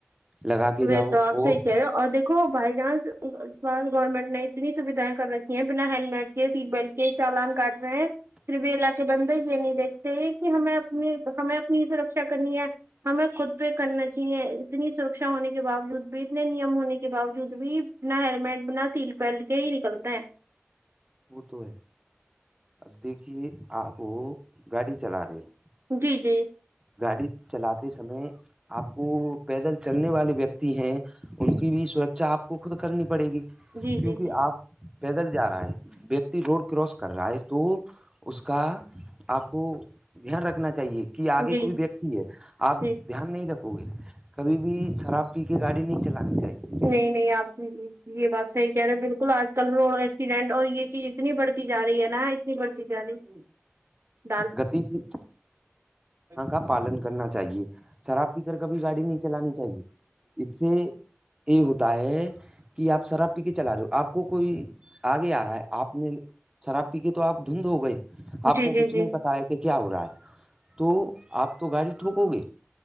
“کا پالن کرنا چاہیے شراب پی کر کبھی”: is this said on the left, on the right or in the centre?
Right